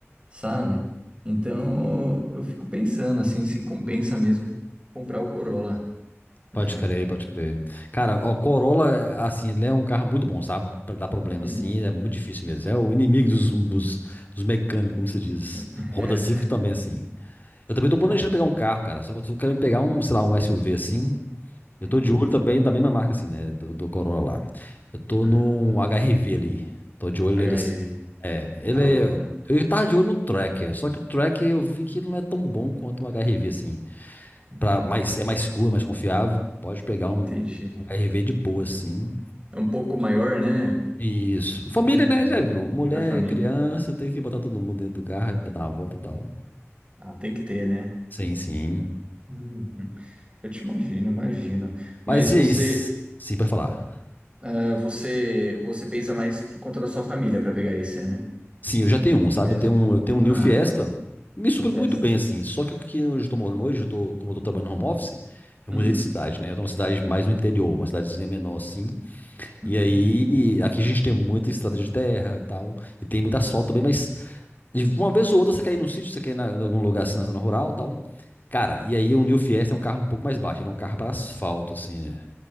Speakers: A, on the right (about 25°); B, on the left (about 40°).
A: sabe? Então eu fico pensando assim, se compensa mesmo comprar o Corolla, né?
B: Pode crer, pode crer. Cara, o Corolla, é, assim, ele é um carro muito bom, sabe? Pra dar problema,
A: Hum.
B: assim, é muito difícil mesmo. É o inimigo dos, dos, dos mecânicos, como se diz.
A: <laughs>
B: Honda
A: É,
B: Civic
A: né?
B: também, assim. Eu também tô planejando pegar um carro, cara. Só que eu tô querendo pegar um, sei lá, um SUV, assim. Eu
A: Uhum.
B: tô de olho também da mesma marca, assim, né? Do, do Corolla lá. Eu tô
A: <laughs>
B: num
A: Ah,
B: HRV ali. Tô de olho
A: HRV,
B: nele, assim. É, ele
A: da
B: é...
A: hora.
B: Eu tava de olho no Tracker, só que o Tracker eu vi que ele não é tão bom quanto o HRV, assim.
A: Uhum.
B: Pra mais, é mais seguro, mais confiável. Pode pegar um
A: Entendi.
B: HRV de boa, assim.
A: É um pouco maior, né?
B: Isso.
A: Uhum.
B: Família, né? Já viu? Mulher,
A: Para família.
B: criança, tem que botar todo mundo dentro do carro pra dar uma volta e tal.
A: Ah, tem que ter, né?
B: Sim, sim.
A: Uhum. Eu te imagino, imagino. Mas
B: Mas e
A: você,
B: aí? s- Sim, pra falar.
A: ah, você, você pensa mais por conta da sua família para pegar esse, né?
B: Sim, eu já tenho um, sabe?
A: Mesmo.
B: Eu tenho um, eu tenho um New
A: Ah,
B: Fiesta. Me supre
A: de festa.
B: muito bem, assim. Só que aqui onde eu tô morando hoje, eu tô, como eu tô trabalhando no home office, eu
A: Hum.
B: mudei de cidade, né? Eu tô numa cidade mais no interior, uma cidadezinha menor, assim.
A: Uhum.
B: E aí, aqui a gente tem muita estrada de terra e tal, e tem muito asfalto também, mas de uma vez ou outra você cair num sítio, você cair na- em algum lugar assim na zona rural e tal. Cara, e aí o New Fiesta é um carro um pouco mais baixo, ele é um carro para asfalto, assim, né?